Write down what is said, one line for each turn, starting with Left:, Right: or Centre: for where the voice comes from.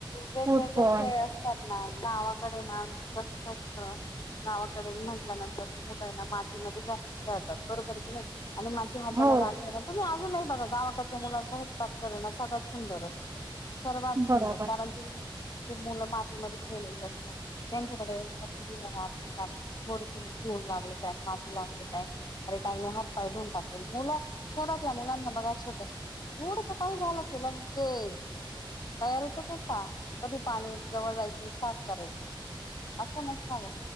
Left: वेगवेगळे
Right: फुटबॉल
Left: खेळ असतात ना, गावाकडे ना कसं असत. गावाकडे म्हटल्यानंतर मुलं हेना मातीमध्ये जास्त खेळतात बरोबर की नाई आणि मा ते हाताला
Right: हो
Left: लागलेय ना तुम्ही आजूनही बघा गावाकाच्या मुलांचं हस्ताक्षर हेणा सगळ्यात सुंदर असतं. सर्वात सुंदर
Right: बरोबर
Left: कारण ती ती मुलं मातीमध्ये खेळलेली असतात. त्यांच्याकडे एवढं लक्ष दिलं जात नाही कारण ते थोडेसे धूळ लागले काय माती लागली काय अरे काही मी हात पाय धुऊन टाकेल मुला शहरातल्या मुलांना बघा छोट्या थोडस काही झालं की लगेच तयारीतच अस का कधी पाणी जवळ जायचं आणि साफ करायचं असं नसावं.